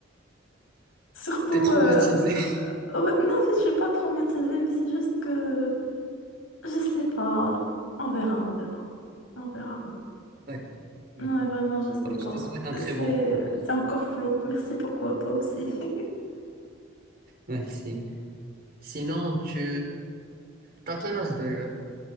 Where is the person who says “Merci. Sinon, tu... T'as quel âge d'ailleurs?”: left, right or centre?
Right